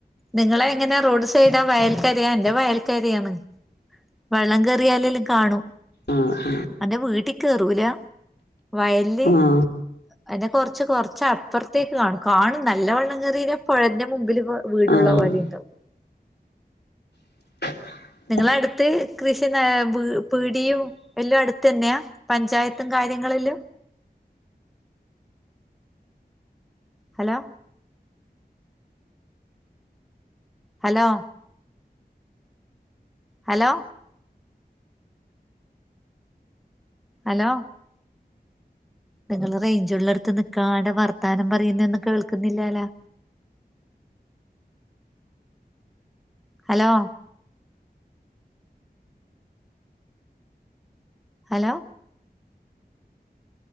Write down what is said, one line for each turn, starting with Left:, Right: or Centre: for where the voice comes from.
Centre: നിങ്ങളെ എങ്ങനാ റോഡ് സൈഡാ വയൽക്കരയാ എന്റെ വയൽക്കരയാണ് വെള്ളം കേറിയാലെല്ലകാണും.
Left: ആഹാ അഹ്
Centre: അന്റെ വീട്ടി കേറൂല വയലിലെ
Left: ആഹ്
Centre: എന്റെ കൊറച്ച് കുറച്ചപ്പറ്ത്തേക്ക് കാണും. കാണും നല്ല വള്ളം കേറീനാ പുഴന്റെ മുമ്പില് പോ വീടുള്ള
Left: ആഹ്
Centre: പോലെ ണ്ടാവും
Left: <inaudible>
Centre: നിങ്ങള അടുത്ത്. കൃഷിനാ പ് പീടിയും എല്ലാം അടുത്ത്ന്നെയാ പഞ്ചായത്തും കാര്യങ്ങളെല്ലും ഹലോ? ഹലോ? ഹലോ? ഹലോ? നിങ്ങള് റേയ്ഞ്ച് ഉള്ളടുത്ത് നിക്കാണ്ട വർത്താനം പറയുന്ന ഒന്നും കേൾക്കുന്നില്ലലാ ഹലോ? ഹലോ